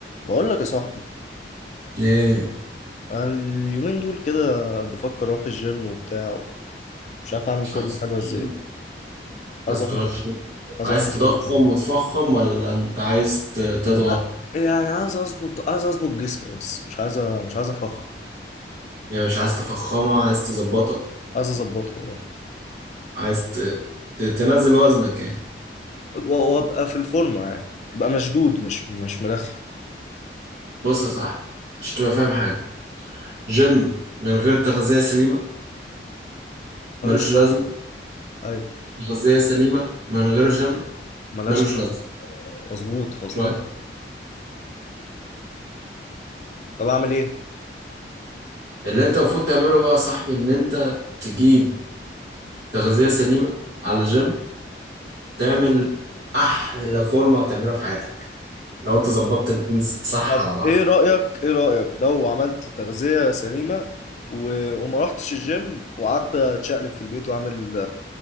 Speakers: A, on the left (about 40°); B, on the right (about 75°).
A: بقول لك يا صاحبي
B: ايه
A: أنا اليومين دول كده بفكر اروح الجيم وبتاع مش عارف اعمل فورمه
B: عايز
A: حلوه
B: ترجم
A: ازاي عايز
B: عايز
A: اروح
B: ترجم
A: الج- عايز
B: عايز
A: اروح الجيم
B: تضخم
A: أوي.
B: وتفخم ولا انت عايز ت- تضغط
A: لا يعني عايز اظبط عايز اظبط جسمي بس مش عايز أ- مش عايز افخ
B: يعني مش عايز تفخمها عايز تظبطها
A: عايز اظبطها أه.
B: عايز ت... ت- تنزل وزنك يعني
A: و- وابقى في الفورمه يعني ابقى مشدود مش مش ملخي
B: بص يا صاحبي عشان تبقى فاهم حاجة جيم من غير تغذية سليمة
A: ملوش
B: ملوش لازمة
A: لازمه ايوه
B: تغذية سليمة من غير جيم
A: ملهاش
B: ملوش
A: لازمه
B: لازمة
A: مظبوط مظبوط
B: شوية
A: طب اعمل ايه
B: اللي انت المفروض تعمله بقى يا صاحبي ان انت تجيب تغذية سليمة على الجيم تعمل احلى فورمة تعملها في حياتك لو انت ظبطت الاتنين صح
A: طب
B: على بعض
A: ايه رايك ايه رايك لو عملت تغذيه سليمه و... وما رحتش الجيم وقعدت اتشقلب في البيت واعمل